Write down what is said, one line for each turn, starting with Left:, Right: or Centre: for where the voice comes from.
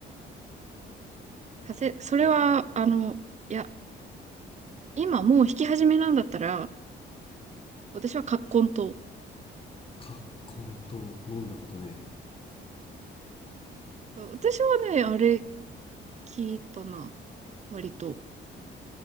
Right: 風、それは、あの、いや、今もう弾き始めなんだったら、私は葛根と。
Left: 葛根と飲んだことね
Right: そう私はね、あれ聞いたな。割と。